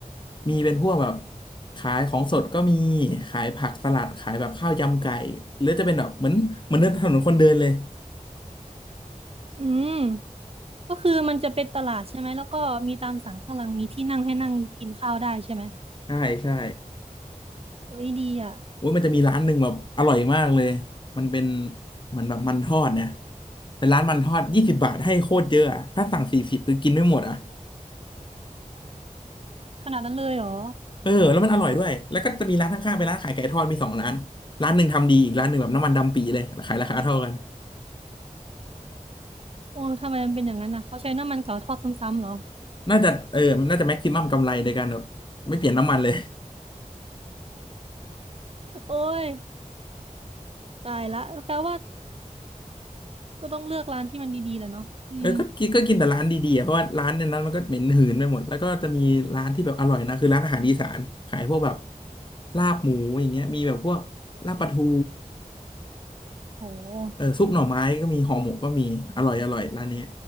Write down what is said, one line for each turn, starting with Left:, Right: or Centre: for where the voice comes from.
Left: มีเป็นพวกแบบขายของสดก็มีขายผักสลัดขายแบบข้าวยำไก่หรือจะเป็นแบบเหมือนเหมือนเดินถนนคนเดินเลย
Right: อืมก็คือมันจะเป็นตลาดใช่ไหมแล้วก็มีตามสั่งข้างหลังมีที่นั่งให้นั่งกินข้าวได้ใช่ไหม
Left: ใช่ใช่
Right: เอ้ยดีอ่ะ
Left: อุ้ยมันจะมีร้านหนึ่งแบบอร่อยมากเลยมันเป็นเหมือนแบบมันทอดเนี่ยเป็นร้านมันทอดยี่สิบบาทให้โคตรเยอะอะถ้าสั่งสี่สิบคือกินไม่หมดอ่ะ
Right: ขนาดนั้นเลยเหรอ
Left: เออแล้วมันอร่อยด้วยแล้วก็จะมีร้านข้างๆเป็นร้านขายไก่ทอดมีสองร้านร้านหนึ่งทำดีอีกร้านหนึ่งแบบน้ำมันดำปีเลยขายราคาเท่ากัน
Right: โอ้ทำไมมันเป็นอย่างนั้นอ่ะเขาใช้น้ำมันเก่าทอดซ้ำๆเหรอ
Left: น่าจะเออมันน่าจะแม็กซิมัมกำไรโดยการแบบไม่เปลี่ยนน้ำมันเลย
Right: โอ้ยตายละแปลว่าก็ต้องเลือกร้านที่มันดีๆแหละเนาะอืม
Left: เออก็กินก็กินแต่ร้านดีๆอะเพราะว่าร้านในนั้นมันก็เหม็นหืนไปหมดแล้วก็จะมีร้านที่แบบอร่อยนะคือร้านอาหารอีสานขายพวกแบบลาบหมูอย่างเงี้ยมีแบบพวกลาบปลาทู
Right: โห
Left: เออซุปหน่อไม้ก็มีห่อหมกก็มีอร่อยอร่อยร้านนี้